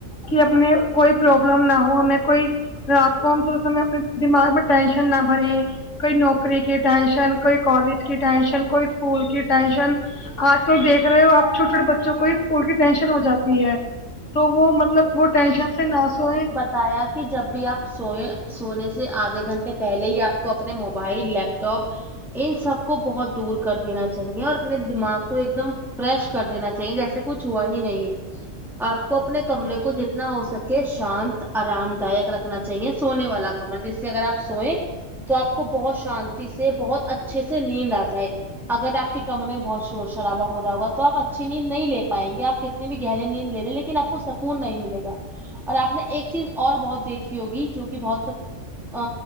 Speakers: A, on the left; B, in the centre.
A: کہ اپنے کوئی پرابلم نہ ہو ہمیں کوئی رات ہم اپنے دماغ میں ٹینشن نہ بھرے کوئی نوکری کی ٹینشن کوئی کالج کی ٹینشن کوئی اسکول کی ٹینشن آج کل دیکھ رہے ہو آپ چھوٹے چھوٹے بچوں کو بھی اسکول کی ٹینشن ہو جاتی ہے تو وہ مطلب وہ ٹینشن سے ناسوئے
B: تایا کہ جب بھی آپ سوئے سونے سے آدھے گھنٹے پہلے ہی آپ کو اپنے موبائل لیپ ٹاپ ان سب کو بہت دور کر دینا چاہیے اور اپنے دماغ کو ایک دم فریش کر دینا چاہیے جیسے کچھ ہوا ہی نہیں ہے آپ کو اپنے کمرے کو جتنے نہ ہو سکے شانت ارام دائک رکھنا چاہیے سونے والا کمر جس سے اگر اپ سوئیں تو اپ کو بہت شانتی سے بہت اچھے سے نیند اجائے اگر آپ کے کمرے بہت شور شرابہ ہو رہا ہوگا توپ اچھی نیند نہیں لے پائیں گے آپ ک کتنی بھی نیند لے لیکن اپ کو سکون نہیں ملے گا اور اپ نے ایک چیز اور بہت دیکھی ہوگی جو کہ بہت ا